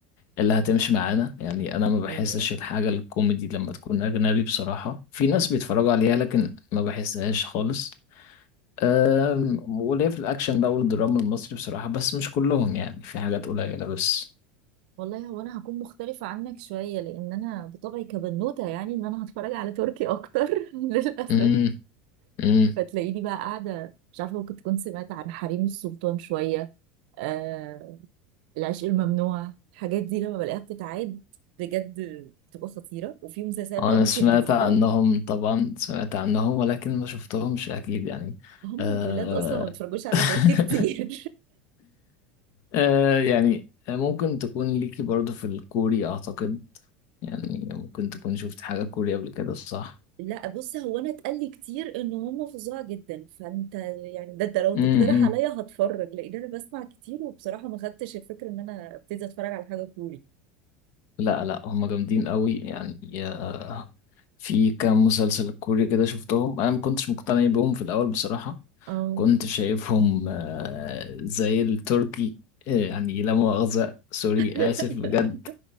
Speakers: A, on the left; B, on the right.
A: اللي هتمشي معانا يعني انا ما بحسش
B: ايوه
A: الحاجة الكوميدي لما تكون اجنبي بصراحة في ناس بيتفرجوا عليها لكن ما بحسهاش خالص أم، وليه في الأكشن بقى والدراما المصري بصراحة بس مش كلهم يعني في حاجات قليلة بس
B: والله هو انا هكون مختلفة عنك شوية لان انا بطبعي كبنوتة يعني ان انا هتفرج على تركي اكتر <laughs> للاسف
A: امم امم
B: فتلاقيني بقى قاعدة مش عارفة ممكن تكون سمعت عن حريم السلطان شوية آه، العشق الممنوع الحاجات دي لما بلاقيها بتتعاد بجد بتبقى خطيرة وفي مسلسلات
A: أنا
B: بقى ممكن
A: سمعت
B: جديدة
A: عنهم طبعا سمعت عنهم ولكن ما شفتهمش أكيد يعني
B: هم
A: أه...
B: الولاد أصلا ما بيتفرجوش على
A: <laughs>
B: تركي كتير
A: أه يعني ممكن تكون ليكي برضو في الكوري أعتقد يعني ممكن تكون شفت حاجة كوري قبل كده صح
B: <laughs> لا بص هو أنا اتقال لي كتير إن هم فظاع جدا فأنت يعني ده أنت لو تقترح
A: امم
B: عليا هتفرج لأن أنا بسمع كتير وبصراحة ما خدتش الفكرة إن أنا ابتدي أتفرج على حاجة كوري
A: لا لا هم جامدين قوي يعني آه، في كام مسلسل كوري كده شفتهم انا ما كنتش مقتنع بيهم في الاول بصراحة
B: اه
A: كنت شايفهم آه، زي التركي آه، يعني لا مؤاخذة سوري آسف
B: <laughs>
A: بجد